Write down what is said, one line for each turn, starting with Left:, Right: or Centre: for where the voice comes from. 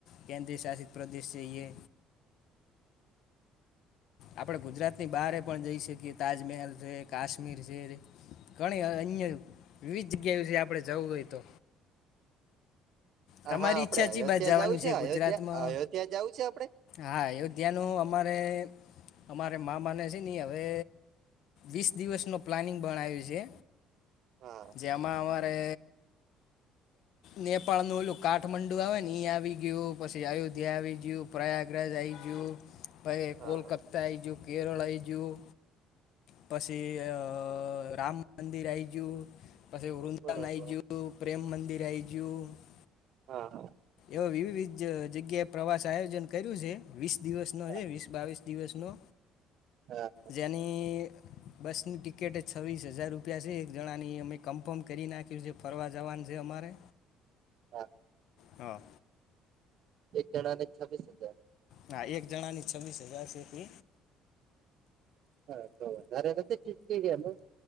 Left: કેન્દ્રીય શાસિત પ્રદેશ છે એ આપડે ગુજરાતની બહારે પણ જઈ શકીએ તાજમહેલ છે કાશ્મીર છે. ઘણી અન્ય વિવિધ જગ્યા છે આપડે જવું હોય તો
Right: હા
Left: તમારી
Right: હા આપડે
Left: ઈચ્છા છેી
Right: અયોધ્યા
Left: બાદ જવાનું
Right: જવું
Left: છે ગુજરાતમાં
Right: અયોધ્યા અયોધ્યા જવું છે આપડે
Left: હા અયોધ્યાનું અમારે અમારે મામાને છે નહી હવે વીસ દિવસ નુ પ્લાનિંગ બણાવ્યું છે
Right: હા
Left: જેમાં અમારે નેપાળનું ઓલુ કાઠમંડુ આવે ને ઈ આવી ગયું પછી અયોધ્યા આવી ગયું પ્રયાગરાજ આવી ગયું પ
Right: હા
Left: કોલકતા
Right: હા
Left: આય ગયું કેરળ આઈ ગયું પછી અ રામ મંદિર આઈગયું પછી વૃંદન
Right: બરોબર
Left: આ આવી જયું પ્રેમ મંદિર આ આવી ગયું -
Right: હા
Left: એવ વિવિધ જગ્યાએ પ્રવાસ આયોજન કર્યું છે વીસ દિવસ નો
Right: હા
Left: છે વીસ બાવીસ દિવસ નો
Right: હા
Left: યાની બસની ટિકિટ છવ્વીસ હજાર રૂપિયા છે એક જણાની અમે કન્ફર્મ કરી નાખ્યું છે ફરવા જવાનું છે અમારે
Right: હા.
Left: હા.
Right: એક જણા ને છવ્વીસ હજાર
Left: હા એક જણા ની છવ્વીસ હજાર છે.
Right: હા તો વઘારે નથી ટિકિટ હેમા.